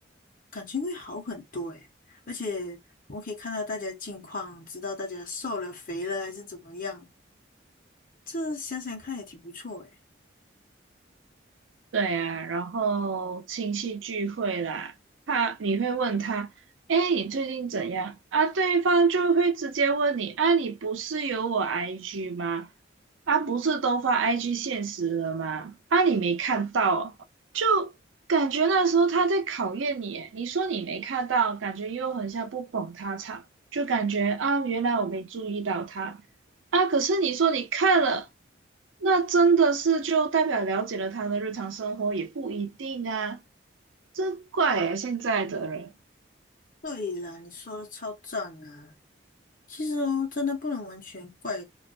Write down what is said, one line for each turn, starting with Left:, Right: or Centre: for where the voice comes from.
Left: 感情会好很多诶。而且我们可以看到大家近况，知道大家瘦了、肥了还是怎么样，这想想看也挺不错诶。
Right: 对啊，然后亲戚聚会啦，他你会问他，哎，你最近怎样啊？对方就会直接问你，啊，你不是有我 IG 吗？啊，不是都发 IG 现实了吗？啊，你没看到感觉那时候他在考验你耶你说你没看到，感觉又很像不捧他场，就感觉啊，原来我没注意到他啊。可是你说你看了，那真的是就代表了解了他的日常生活，也不一定啊。真怪耶，现在的人，
Left: 对啦，你说的超赞啊！其实哦，真的不能完全怪